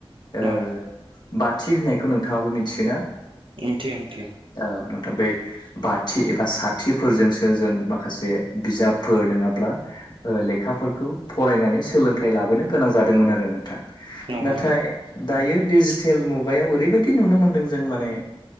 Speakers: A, on the left (about 50°); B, on the right (about 60°).
A: ओ
B: औ
A: बाथि होननायखौ नोंथाङाबो मिथियोना औ
B: मिथियो मिथियो
A: नोंथां बै बाथि एबा साथिफोरजोंसो जों माखासे बिजाबफोर नङाब्ला लेखाफोरखौ फरायनानै सोलोंथाइ लाबोनो गोनां जादोंमोन आरो नोंथां
B: नंगौ
A: नाथाय
B: नंगौ
A: दायो डिजिटेल मुगायाव ओरैबायदि नुनो मोनदों जों माने